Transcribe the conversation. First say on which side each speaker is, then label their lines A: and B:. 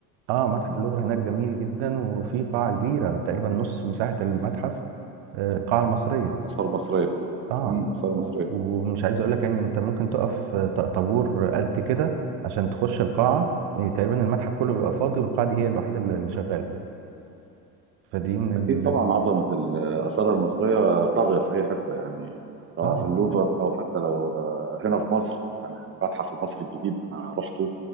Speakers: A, on the right (about 55°); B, on the right (about 25°).
A: آه متحف
B: اللوفر
A: اللوفر هناك جميل جدا وفي قاعة كبيرة تقريبا
B: مم.
A: نص مساحة المتحف آه، القاعة المصرية
B: آثار مصرية
A: آه
B: امم آثار مصرية
A: و- ومش عايز أقول لك يعني أنت ممكن تقف آه، ط- طابور قد كده عشان تخش القاعة يعني تقريبا المتحف كله بيبقى فاضي والقاعة دي هي الوحيدة اللي اللي شغالة فدي من
B: أكيد طبعا
A: ال...
B: عظمة الآثار المصرية طاغية في أي حتة يعني سواء
A: اه
B: في اللوفر أو حتى لو آه، هنا في مصر يعني المتحف المصري الجديد أنا رحته